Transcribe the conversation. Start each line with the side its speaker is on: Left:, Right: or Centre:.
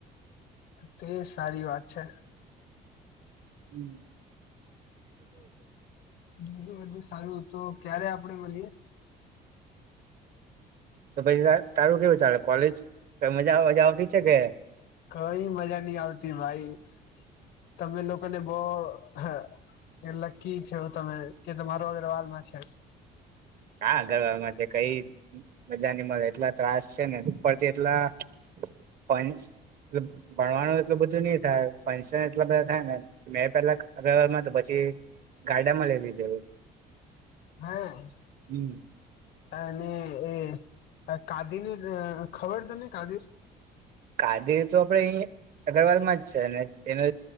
Left: તે સારી વાત છે.
Right: હમ્મ
Left: બીજું બધું સારું તો ક્યારે આપણેે મળીએ.
Right: તો પછી તારું કેવું ચાલે કોલેજ મજા મજા આવતી છે કે
Left: કઈ મજા નહી આવતી ભાઈ તમે લોકોને બવ હ એ લક્કી છે તમે કે તમારો અગરવાલમાં છે.
Right: હા ગરમાં છે કઈ બધાની એટલા ત્રાસ છે ને ઉપરથી એટલા ફંચ ભણવાનું એટલું બધુ ની થાય ફંક્શન એટલા બધા થાય ને મે પેલામા ક તો પછી ગાડામા લઈ લીધેલું
Left: હા
Right: હમ
Left: અને એ કાદીર ને અ ખબર તને કાદીર
Right: કાદીર તો આપડે અહી અગ્રવાલમા જ છે, ને એને